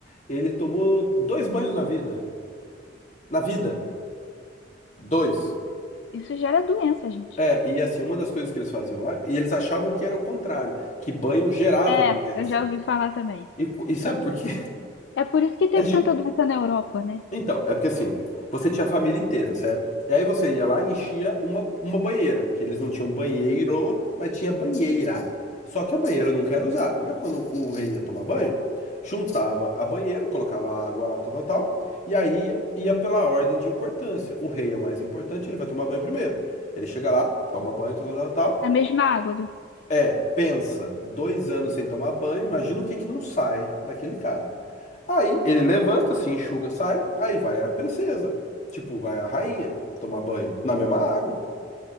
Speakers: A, on the left (about 40°); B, on the left (about 65°).
A: ele tomou dois banhos na vida. Na vida, dois.
B: Isso gera doença, gente.
A: É, e assim, uma das coisas que eles faziam lá, e eles achavam que era o contrário, que banho gerava
B: É,
A: doença.
B: eu já ouvi falar também.
A: E, co- e sabe por quê?
B: É por isso que
A: É
B: teve
A: gi-
B: tanta doença na Europa, né?
A: Então, é porque assim, você tinha a família inteira, certo? E aí você ia lá e enchia uma, uma banheira, que eles não tinham banheiro, mas tinha banheira. Só que a banheira nunca era usada, mas quando o rei ia tomar banho, juntava a banheira, colocava a água lá, tal, tal, tal, e aí ia pela ordem de importância. O rei é o mais importante, ele vai tomar banho primeiro. Ele chega lá, toma banho, tal, tal, tal, tal.
B: A mesma água do...
A: É, pensa, dois anos sem tomar banho, imagina o que que não sai daquele cara. Aí ele levanta, se enxuga, sai, aí vai a princesa, tipo, vai a rainha tomar banho na mesma água.